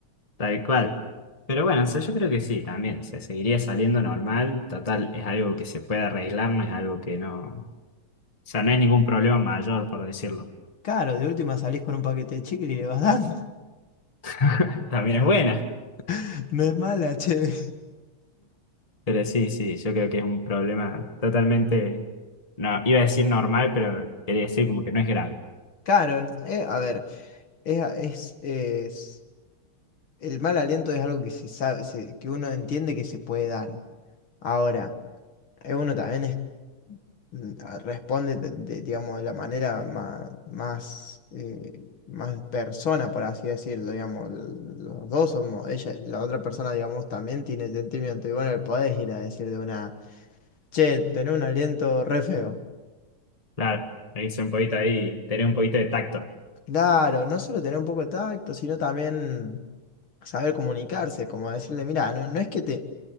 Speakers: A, on the left; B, on the left.
A: Tal cual. Pero bueno, o sea, yo creo que sí, también. O sea, seguiría saliendo normal. Total, es algo que se puede arreglar, no es algo que no. O sea, no es ningún problema mayor, por decirlo.
B: Claro, de última salís con un paquete de chicle y le vas dando.
A: <laughs> También es buena.
B: <laughs> No es mala, che.
A: Pero sí, sí, yo creo que es un problema totalmente, no, iba a decir normal, pero quería decir como que no es grave.
B: Claro, eh, a ver. Es, a- es, es- el mal aliento es algo que se sabe, se- que uno entiende que se puede dar. Ahora, eh, uno también es, mm, a- responde, de, de, digamos, de la manera más, más, eh, más persona, por así decirlo, digamos, l- los dos somos, ella, la otra persona, digamos, también tiene sentimiento. Y bueno, le podés ir a decir de una, che, tener un aliento re feo.
A: Claro, le hice un poquito ahí, tener un poquito de tacto.
B: Claro, no solo tener un poco de tacto, sino también saber comunicarse, como decirle, mira, no, no es que te